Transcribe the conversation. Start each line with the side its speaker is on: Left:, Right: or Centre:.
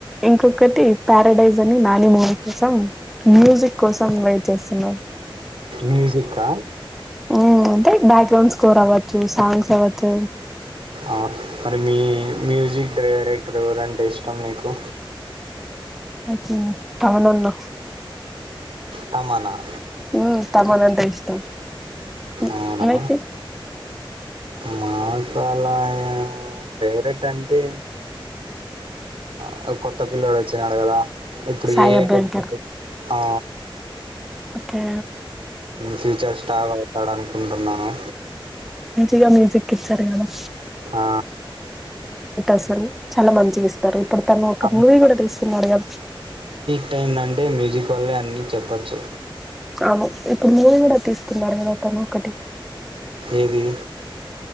Centre: ఇంకొకటి ప. ప్రొడ్యూసర్ నానిన కోసం మ్యూజిక్ కోసం వైట్ చేస్తున్నాం.
Right: మ్యూజిక్కా?
Centre: ఉమ్ అంటే బా. ట్యూన్ స్కోర్ అవొచ్చు సాంగ్స్ అవొచ్చు.
Right: ఆ మరి మీ మ్యూజిక్ డైరెక్టర్ ఎవరంటే ఇష్టం మీకు.
Centre: ఉహు. తమన్ అన్న
Right: తమన.
Centre: ఉ తమానంటె ఇష్ట. టమ్
Right: అవునా?
Centre: మీకు.
Right: మాకు అలా ఫేవరెట్ అంటే. ఆ కొత్త పిల్లడు వచ్చినాడు కదా. ఇప్పుడు
Centre: సాయి
Right: ఏ <unintelligible>
Centre: అభ్యంకర్
Right: ఆ.
Centre: ఓకే
Right: ఫ్యూచర్ స్టార్ అవుతాడు అనుకుంటున్నావా
Centre: ఇగ మ్యూజిక్ కి ఇత్తార మేడం
Right: ఆ.
Centre: అసలు చాలా మంచివి ఇస్తారు. ఇప్పుడు తను ఒక
Right: ఆ
Centre: మూవీ కూడా తీస్తున్నాడుగా
Right: ఇంకా ఎంటాంటే మ్యూజిక్ వల్లే అన్నీ చెప్పచ్చు.
Centre: అవును ఇప్పుడు మూవీ కూడా తీస్తున్నారు కద తాను ఒకటి.
Right: ఏది